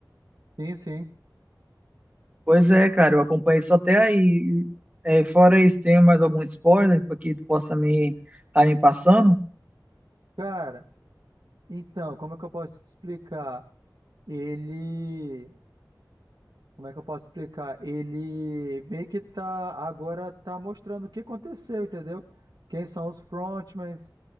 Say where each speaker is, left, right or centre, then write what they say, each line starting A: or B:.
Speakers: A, on the right; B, on the right.
A: Sim, sim.
B: Pois é, cara, eu acompanhei só até aí. É, fora isso, tem mais algum spoiler para que tu possa me tá me passando?
A: Cara, então, como é que eu posso te explicar? Ele. Como é que eu posso explicar? Ele meio que tá agora tá mostrando o que aconteceu, entendeu? Quem são os frontmans,